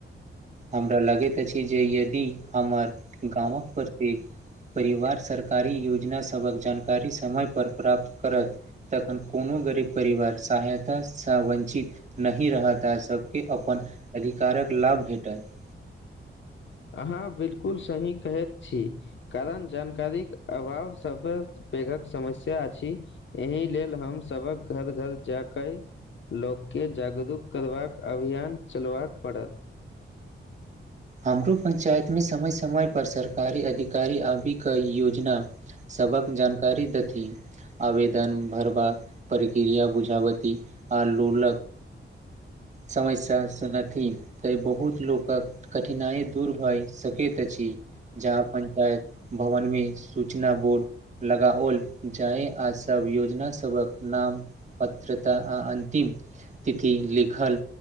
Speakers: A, on the right (about 35°); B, on the left (about 65°).
A: हमरा लगैत अछि जे यदि हमर गामक प्रति परिवार सरकारी योजना सभक जानकारी समय पर प्राप्त करत तखन कोनो गरीब परिवार सहायतासँ वञ्चित नहि रहत आ सभ के अपन अधिकारक लाभ भेटत
B: अहाँ बिल्कुल सही कहैत छी कारण जानकारीक अभाव सब पेघक समस्या अछि एहि लेल हम सभक घर घर जा कऽ लोक के जागरूक करबाक अभियान चलबाक पड़त
A: हमरो पंचायत में समय समय पर सरकारी अधिकारी आभि योजना सबक जानकारी देथिन आवेदन भरबाक प्रक्रिया बुझावती आ लोलक समस्या सुनथिन तै बहुत लोकक कठिनाइ दूर भए सकैत अछि जहाँ पंचायत भवन मे सूचना बोर्ड लगाओल जाय आ सब योजना सभक नाम पत्रता आ अन्तिम तिथि लिख लिखल